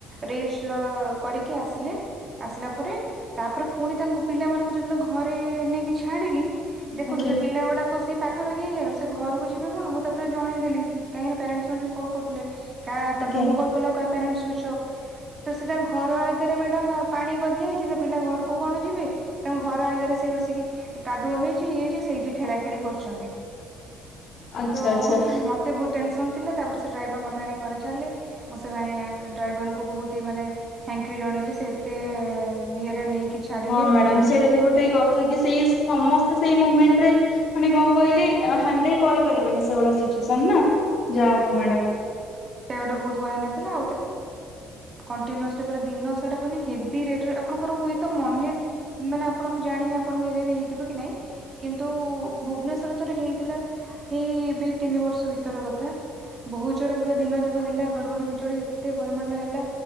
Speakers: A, on the right; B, on the left.
A: ରେଜ୍ ଲ କରିକି ଆସିଲେ। ଆସିଲା ପରେ ତାପରେ ପୁଣି ତାଙ୍କୁ ପିଲାମାନଙ୍କୁ ଯେତେବେଳେ ଘରେ ନେଇକି ଛାଡିଲି ଦେଖନ୍ତୁ
B: ଆଜ୍ଞା।
A: ସେ ପିଲା ଗୁଡାକ ସେ ପାଖାପାଖି ଏରିଆର ସେ ଘରକୁ ଯିବେ କଣ ମୁଁ ତାପରେ ଜଣେଇଦେଲି କାହିଁକିନା ପ୍ୟାରେଣ୍ଟସ୍ ମାନେ ବି କଲ୍ କରୁଥିଲେ କା ତାପରେ
B: ଆଜ୍ଞା।
A: ମୁଁ କଲ୍ କଲେ ଆଉ କା ପ୍ୟାରେଣ୍ଟସ ସୁଇଚ୍ ଅଫ୍ ତ ସେ ତାଙ୍କ ଘର ଆଗରେ ମ୍ୟାଡାମ ପାଣି ଗଦିଆ ଯାଇଛି ସେ ପିଲା ଘରକୁ କଣ ଯିବେ ତାଙ୍କ ଘର ଆଗରେ ସେ ବସିକି କାଦୁଅ ହେଇଛି ଇଏ ହେଇଛି ସେଇଠି ଖେଳା ଖେଳି କରୁଛନ୍ତି।
B: ଆଚ୍ଛା
A: ତ
B: ଆଚ୍ଛା
A: ମତେ ବହୁତ୍ ଟେନ୍ସ ସନ୍ ଥିଲା ତାପରେ ସେ ଡ୍ରାଇଭର ମତେ ଆଣିକି ଘରେ ଛାଡ଼ିଲେ ମୁଁ ସେ ଡ୍ରାଇଭରଙ୍କୁ ବହୁତ ତି ମାନେ ଥାଙ୍କ ୟୁ ଜଣେଇଲି ସେ ଏତେ ଇଏତେ ନେଇକି ଛାଡିଲେ
B: ହଁ ମ୍ୟାଡାମ
A: ଆସିଲେ
B: ସେଇଟା ବି ଗୋଟେ କଥା କି ସେଇ ସମସ୍ତେ ସେଇ ମୁ ମେଣ୍ଟରେ ମାନେ କଣ କହିଲେ ହ୍ୟାଣ୍ଡଲ କରିପାରିବେନି ସେଇ ଭଳିଆ ସିଚୁଏସନ୍ ନା ଯାହା
A: ସେ
B: ହଉ ମ୍ୟାଡାମ
A: ଗୋଟେ ବହୁତ ଭୟ ନେଇଥିଲା ଆଉ ଥ କଣ୍ଟିନିଓସ୍ଲି ପୁରା ଦିନ ସାରା ମାନେ ହେଭି ରେଟରେ ଆପଣଙ୍କର ହୁଏତ ମନେ ମାନେ ଆପଣ ମୁଁ ଜା ଣିନି ଆପଣଙ୍କ ଏରିଆରେ ହେଇଥିବକି ନାଇଁ କିନ୍ତୁ ଭୁବନେଶ୍ଵରରେ ଥରେ ହେଇଥିଲା ହେଇ ଏବେ ତିନି ବର୍ଷ ଭିତର କଥା। ବହୁ ଜୋରେ ପୁରା ଦିନ ଯାକ ହେଲା ଘଡ଼ଘଡ଼ି ବିଜୁଳି ଏତେ ପରିମାଣରେ ହେଲା